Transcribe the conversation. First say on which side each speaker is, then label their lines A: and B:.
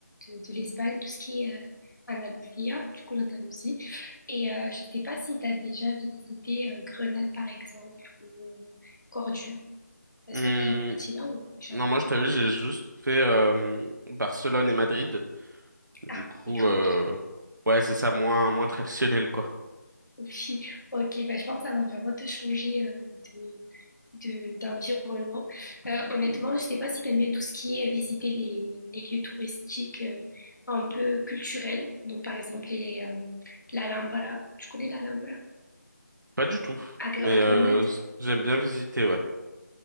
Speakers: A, on the left; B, on the right.
A: de, de l'Espagne, tout ce qui est euh, Andalusia, du coup, l'Andalousie. Et euh, je sais pas si tu as déjà visité euh, Grenade, par exemple, ou euh, Cordoue. Est-ce
B: Hum,
A: que tu es déjà parti là ou jamais?
B: non, moi je t'avoue, j'ai juste fait euh, Barcelone et Madrid. Du
A: Ah,
B: coup,
A: les grandes
B: euh,
A: villes, quoi.
B: ouais, c'est ça, moins moins traditionnel quoi.
A: Oui, ok, bah, je pense que ça va vraiment te changer euh, de, de, d'environnement. Euh, honnêtement, je sais pas si t'aimes bien tout ce qui est visiter les, les lieux touristiques euh, un peu culturels. Donc, par exemple, les, euh, l'Alhambra. Tu connais l'Alhambra?
B: Pas du tout,
A: À, Gre-
B: mais
A: à
B: euh,
A: Grenade?
B: j'aime bien visiter, ouais.